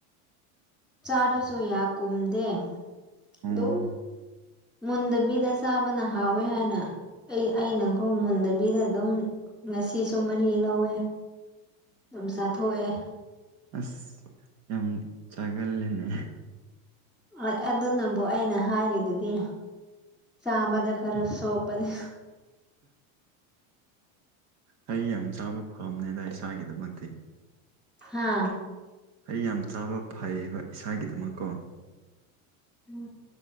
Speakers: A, in the centre; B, on the right.
A: ꯆꯥꯔꯁꯨ ꯌꯥ ꯀꯨꯝꯗꯦ
B: ꯑꯣ
A: ꯑꯗꯨꯝ ꯃꯨꯟꯗꯥꯕꯤꯗ ꯆꯥꯕꯅ ꯍꯥꯎꯋꯦ ꯍꯥꯏꯅ ꯑꯩ ꯑꯩꯅꯒꯣ ꯃꯨꯟꯗꯕꯤꯗ ꯑꯗꯨꯝ ꯉꯁꯤꯁꯨ ꯃꯔꯤ ꯂꯧꯋꯦ ꯑꯗꯨꯝ ꯆꯥꯊꯣꯛꯑꯦ
B: ꯑꯥꯁ ꯌꯥꯝ ꯆꯥꯒꯜꯂꯦꯅꯦ
A: ꯍꯣꯏ ꯑꯗꯨꯅꯕꯨ ꯑꯩꯅ ꯍꯥꯏꯔꯤꯗꯨꯗꯤ ꯆꯥꯕꯗ ꯈꯔꯥ ꯆꯣꯞꯄꯅꯤ
B: ꯍꯩ ꯌꯥꯝ ꯆꯥꯕ ꯐꯥꯕꯝꯅꯤꯗ ꯏꯁꯥꯒꯤꯗꯃꯛꯇꯤ
A: ꯍꯥ
B: ꯍꯩ ꯌꯥꯝ ꯆꯥꯕ ꯐꯩꯌꯦꯕ ꯏꯁꯥꯒꯤꯗꯃꯛꯀꯣ
A: ꯎꯝ